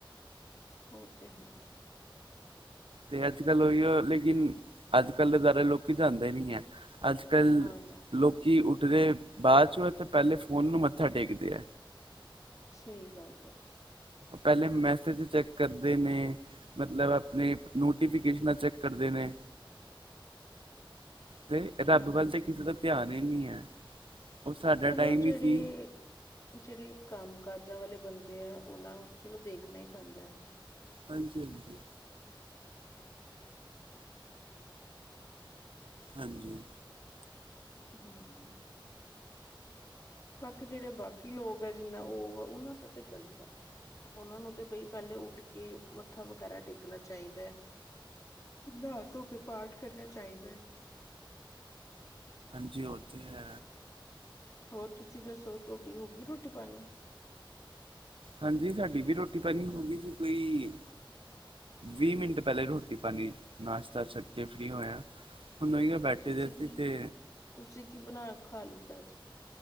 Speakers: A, on the left; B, on the right.
A: ਉਹ ਤੇ ਹੈ।
B: ਤੇ ਅੱਜ ਕੱਲ ਉਹੀਓ ਲੇਕਿਨ ਅੱਜ ਕੱਲ੍ਹ ਗੁਰਦੁਆਰੇ ਲੋਕੀ ਜਾਂਦੇ ਨੀ ਹੈ ਅੱਜ ਕੱਲ
A: ਨਾ ਨਾ
B: ਲੋਕ ਕੀ ਉੱਠਦੇ ਬਾਅਦ ਚੋਂ ਤੇ ਪਹਿਲੇ ਫੋਨ ਨੂੰ ਮੱਥਾ ਟੇਕਦੇ ਆ।
A: ਸਹੀ ਗੱਲ ਆ।
B: ਪਹਿਲੇ ਮੈਸੇਜ ਚੈੱਕ ਕਰਦੇ ਨੇ ਮਤਲਬ ਆਪਣੇ ਨੋਟੀਫਿਕੇਸ਼ਨਾਂ ਚੈੱਕ ਕਰਦੇ ਨੇ ਤੇ ਰੱਬ
A: ਆ ਹਾਂਜੀ
B: ਵੱਲ ਤੇ ਕਿਸੇ ਦਾ ਧਿਆਨ ਹੀ ਨਹੀਂ ਹੈ। ਉਹ ਸਾਡਾ
A: ਚਲੋ
B: ਟਾਈਮ
A: ਜਿਹੜੇ,
B: ਹੀ ਸੀ
A: ਜਿਹੜੇ ਕੰਮ ਕਾਜਾਂ ਵਾਲੇ ਬੰਦੇ ਐ ਉਹਨਾਂ ਨੂੰ ਤਾਂ ਚਲੋ ਦੇਖਣਾ ਈ ਪੈਂਦਾ ਐ।
B: ਹਾਂਜੀ, ਹਾਂਜੀ। ਹਾਂਜੀ।
A: ਹਾਂ ਬਾਕੀ ਜਿਹੜੇ ਬਾਕੀ ਲੋਕ ਹੈ ਜਿੰਨਾ ਉਹ ਉਹਨਾਂ ਦਾ ਤੇ ਗ਼ਲਤ ਹੈ। ਉਹਨਾਂ ਨੂੰ ਤੇ ਬਈ ਪਹਿਲੇ ਉੱਠ ਕੇ ਮੱਥਾ ਵਗੈਰਾ ਟੇਕਣਾ ਚਾਹੀਦਾ ਐ। ਨਾਹ ਧੋ ਕੇ ਪਾਠ ਕਰਨਾ ਚਾਹੀਦਾ ਹੈ।
B: ਜੀ ਔ ਤੇ ਹੈ।
A: ਹੋਰ ਤੁਸੀ ਦਸੋ ਤੁਹਾਡੀ ਹੋ ਗਈ ਰੋਟੀ ਪਾਣੀ
B: ਹਾਂਜੀ ਸਾਡੀ ਵੀ ਰੋਟੀ ਪਾਨੀ ਹੋ ਗਈ ਸੀ ਕੋਈ ਵੀਹ ਮਿੰਟ ਪਹਿਲੇ ਰੋਟੀ ਪਾਣੀ ਨਾਸ਼ਤਾ ਛਕੇ ਫ੍ਰੀ ਹੋਇਆ ਹੁਣ ਬੈਠੇ
A: ਤੁਸੀ
B: ਦੇ
A: ਕੀ
B: ਸੀ ਤੇ
A: ਤੁਸੀ ਕੀ ਬਣਾ ਖਾ ਲਿੱਤਾ ਅਜ